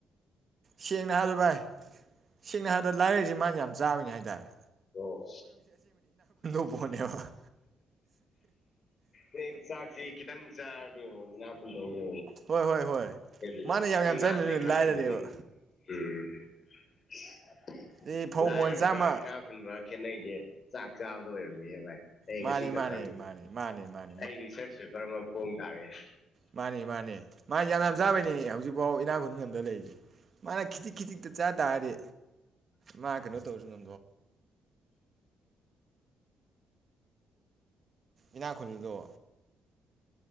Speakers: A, on the right; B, on the left.
A: ꯁꯦꯡꯅ ꯍꯥꯏꯔꯕꯗ ꯚꯥꯏ ꯁꯦꯡꯅ ꯍꯥꯏꯗ ꯂꯥꯏꯔꯩꯁꯤ ꯃꯥꯌꯥꯝ ꯆꯥꯕꯩꯅꯤ ꯍꯥꯏꯇꯔꯦ
B: ꯑꯣ
A: ꯄꯣꯠꯅꯦꯕ
B: ꯍꯦꯛ ꯆꯥꯛꯁꯤ ꯈꯤꯇꯪ ꯆꯥꯔꯗꯤ ꯑꯃꯨꯛ ꯏꯅꯥꯛ ꯈꯨꯟꯗꯧꯅꯦ
A: ꯍꯣꯏ ꯍꯣꯏ ꯍꯣꯏ
B: <unintelligible>
A: ꯃꯥꯅ ꯌꯥꯝ
B: ꯑꯩ
A: ꯌꯥꯝ ꯆꯥꯏꯃꯤꯗꯨꯅ
B: ꯅꯥꯟꯗꯩꯩ ꯈꯟꯂꯝꯃꯤꯅꯤ
A: ꯂꯥꯏꯔꯔꯦꯕ
B: ꯎꯝ <inaudible>
A: ꯑꯦ ꯐꯧ
B: ꯂꯥꯏꯔꯕꯒ
A: ꯃꯣꯟ ꯆꯥꯝꯃ
B: ꯏꯅꯥꯛ ꯈꯨꯟꯕ ꯈꯦꯠꯅꯩꯁꯦ ꯆꯥꯛ ꯆꯥꯕꯗ ꯑꯣꯏꯔꯝꯃꯤꯍꯦ ꯚꯥꯏ꯫ ꯑꯩ
A: ꯃꯟꯅꯤ
B: ꯉꯁꯤ ꯈꯛ
A: ꯃꯟꯅꯤ
B: ꯈꯪꯉꯦ
A: ꯃꯟꯅꯤ ꯃꯟꯅꯤ ꯃꯟꯅꯤ
B: ꯑꯩ ꯔꯤꯁꯥꯔ꯭ꯁ ꯄꯦꯄꯔ ꯑꯃ ꯐꯣꯡ ꯇꯥꯔꯦ꯫
A: ꯃꯟꯅꯦ ꯃꯟꯅꯦ ꯃꯟꯅꯦ ꯌꯥꯝ ꯌꯥꯝ ꯆꯥꯕꯩꯅꯦ ꯍꯧꯖꯤꯛ ꯕꯎ ꯏꯅꯥꯛꯈꯨꯟ ꯉꯝꯗ ꯂꯩꯁꯦ꯫ ꯃꯥꯟ ꯈꯦꯇ ꯈꯦꯇ ꯆꯥ ꯇꯥꯔꯦ ꯃꯥ ꯀꯩꯅꯣ ꯇꯧꯁꯥꯅꯨ ꯏꯅꯥꯛꯈꯨꯜꯕꯥꯗꯣ